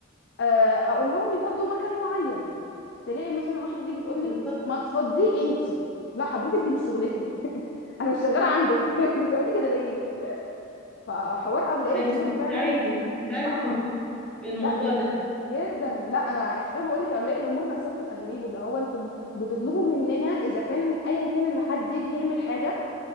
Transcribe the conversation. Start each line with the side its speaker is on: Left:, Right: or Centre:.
Left: آه اقول لهم يفضوا مكان معين تلاقي مثلا واحده تيجي تقول لي
Centre: بالظبط
Left: ما تفضيه انت لا حضرتك دي مش شغلتي <laughs> انا مش شغاله عندك <laughs> انت بتعملي كده ليه فحوار اولياء
Centre: لا
Left: الامور
Centre: انت كنت
Left: فعلا
Centre: بتعاني كنت بتعاني
Left: اه
Centre: في في الموضوع
Left: لا
Centre: ده
Left: جدا لا انا عشان كده بقول لك اولياء الامور نفسها بتبقى غريبه اللي هو انتوا بتطلبوا مننا اذا كان ايا كان اللي حد يجي يعمل حاجه